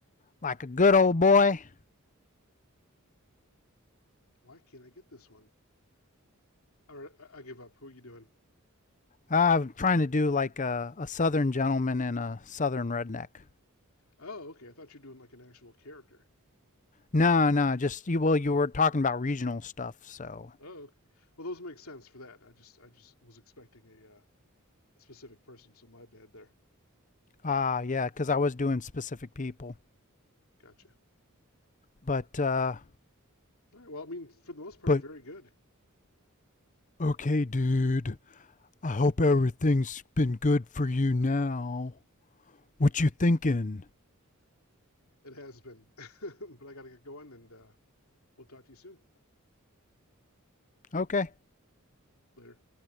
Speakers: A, on the left (about 35°); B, on the left (about 80°).
A: like a good old boy.
B: Why can't I get this one? All right, I, I give up. Who are you doing?
A: Uh, I'm trying to do like a, a southern gentleman and a southern redneck.
B: Oh, okay. I thought you were doing like an actual character.
A: No, no, just you. Well, you were talking about regional stuff, so
B: Oh, okay. Well, those make sense for that. I just, I just was expecting a uh, specific person, so my bad there.
A: ah, uh, yeah, because I was doing specific people,
B: Gotcha.
A: but uh,
B: All right. Well, I mean, for the most part,
A: but
B: very good.
A: okay, dude, uh, things been good for you now. What you thinking?
B: It has been, <laughs> but I got to get going, and uh, we'll talk to you soon.
A: Okay,
B: Later.